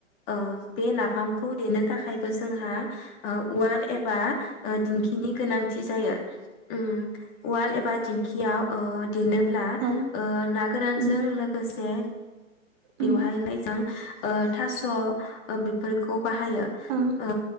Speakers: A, on the left; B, on the right.
A: ओ बे नाफामखौ देनो थाखाय बो जोंहा ओ उवाल एबा ओ दिंखिनि गोनांथि जायो। ओम उवाल एबा दिंखियाव अ देनोब्ला
B: औ
A: ओ ना गोरानजों
B: उम
A: लोगोसे बेवहाय
B: उम
A: <unintelligible> जों ओ थास' बेफोरखौ बाहायो।
B: औ उम
A: ओ